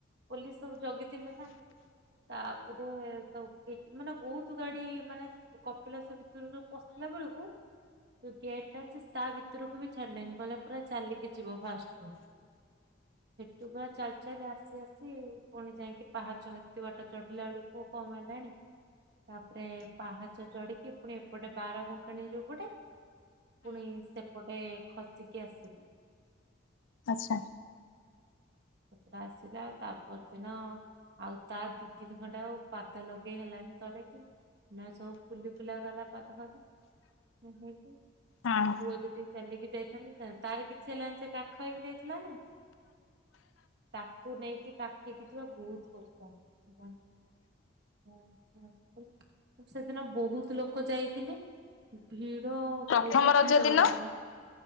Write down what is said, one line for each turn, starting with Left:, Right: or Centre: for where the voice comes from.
Right: ପୋଲିସ ସବୁ ଜଗିଥିଲେ ନା ତାପରେ ସବୁ ମାନେ ବହୁତ ଗାଡି ମାନେ କପିଳାସ ଭିତର ଯ ପଶିଲା ବେଳକୁ ଯୋଉ ଗେଟା ଅଛି ତା ଭିତରକୁ ବି ଛାଡିଲେଣିି ଗହିଲ ପୁରା ଚାଲିକି ଯିବ ଫାଷ୍ଟରୁ। ଟୁଗ ଚାଲି ଚାଲି ଆସି ଆସି ପୁଣି ଯାଇକି ପାହାଚ ହେତ ବାଟ ଚଢିଲା ବେଳୁକୁ କମ ହେଲାଣି ତାପରେ ପାହାଚ ଚଢିକି ପୁଣି ଏପଟେ ବାର ବଙ୍କାଣି ଯୋଉପଟେ ପୁଣି ସେପଟେ ଖସିକି ଆସିଲୁ।
Left: ଆଚ୍ଛା।
Right: ସେପଟେ ଆସିଲା ଆଉ ତାପ ଦିନ ଆଉ ତା ଦି ଦିନ ଖଣ୍ଡେ ଆଉ ପାଦ ଲଗେଇ ହେଲାନି ତଳେ କି ସବୁ ଫୁଲି ଫୁଲା ଗଲା ପାଦ ଫାଦ ହେଇକି
Left: ହଁ
Right: ହୁଏ ଯଦି ଚାଲିକି ଯାଇଥାନ୍ତୁ <unintelligible> ତାର କିଛି ହେଲାନି ସେ କାଖ ହେଇକି ଯାଇଥିଲା ନା। ତାକୁ ନେଇକି କାଖେଇକି ଯିବା ବହୁତ କଷ୍ଟ। <unintelligible> ସେଦିନ ବହୁତ ଲୋକ ଯାଇଥିଲେ। ଭି ଭିଡ
Left: ପ୍ରଥମ
Right: ବହୁତ
Left: ରଜ
Right: ଭିଡ
Left: ଦିନ
Right: ହେଇଥିଲା